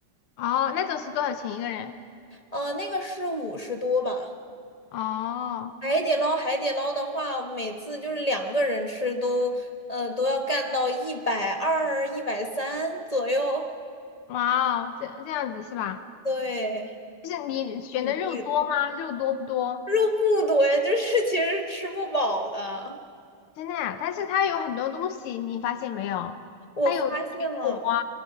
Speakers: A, on the left (about 85°); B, on the left (about 25°).
A: 哦，那种是多少钱一个人？
B: 呃，那个是五十多吧。
A: 哦，
B: 海底捞海底捞的话，每次就是两个人吃都呃都要干到一百二、一百三左右，
A: 哇哦，这这样子是吧？
B: 对，
A: 就是你选的肉多吗？
B: 挺贵的。
A: 肉多不多？
B: 肉不多呀，就是 <laughs> 其实吃不饱的。
A: 真的呀，但是它有很多东西，你发现没有？
B: 我发现了。
A: 它有水果啊，